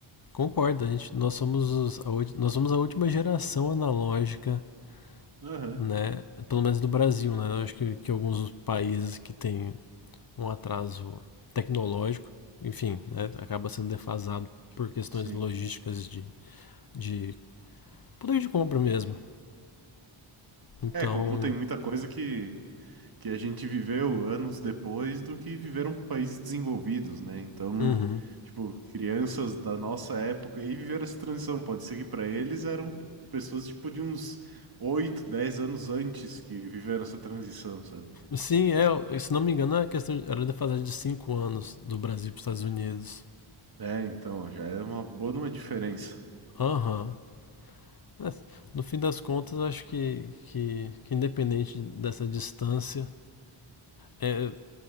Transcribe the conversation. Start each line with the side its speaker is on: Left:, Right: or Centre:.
Left: Concordo, a gente, nós somos os- a, ulti- nós somos a última geração analógica,
Right: Aham,
Left: né? Pelo menos do Brasil, né? Eu acho que, que alguns países que têm um atraso tecnológico, enfim, né? acaba sendo defasado por questões
Right: sim.
Left: logísticas de, de poder de compra mesmo. Então,
Right: É, como tem muita coisa que que a gente viveu anos depois do que viveram países desenvolvidos, né? Então,
Left: uhum.
Right: tipo, crianças da nossa época aí viveram essa transição. Pode ser que para eles eram pessoas tipo de uns 8, 10 anos antes que viveram essa transição, sabe?
Left: Sim, é, se não me engano, é questão, era defasagem de 5 anos do Brasil para os Estados Unidos.
Right: É, então, ó, já é uma boa de uma diferença.
Left: Aham. Mas, No fim das contas, acho que, que, que independente dessa distância, É,